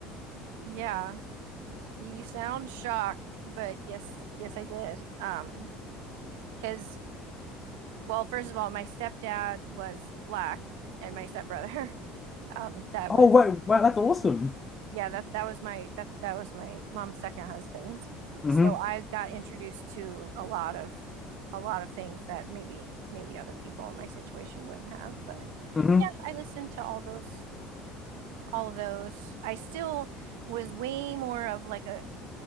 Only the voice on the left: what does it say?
Oh,
wait, wow, that's awesome.
Mm-hmm.
Mm-hmm.